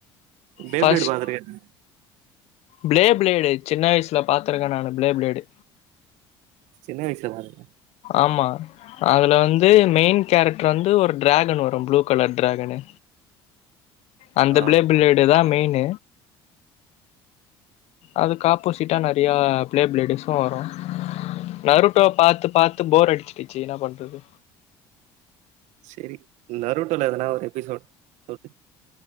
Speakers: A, on the right; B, on the left.
A: பேபியோட
B: ஃபர்ஸ்ட்
A: பாக்குரியா என்ன
B: பிளே பிளேடு சின்ன வயசுல பாத்துருக்கே நானு பிளே பிளேடு
A: சின்ன வயசுல பாத்ருக்யா
B: ஆமா அதுல வந்து மெயின் கேரக்டர் வந்து ஒரு ட்ராகன் வரு ப்ளூ கலர் ட்ராகனு அந்த
A: ஆ
B: பிளே பிளேடு தா மெயின் அதுக்ஆப்போசிட்டா நெறய பிளே பிளேடு வர்ஷோ வரு வர்த பாத்து பாத்து பாத்து போர் அடிச்சுடுச்சு என்னா பண்றது
A: செரி நறுட்டல எதனா ஒரு எபிசோட் சொல்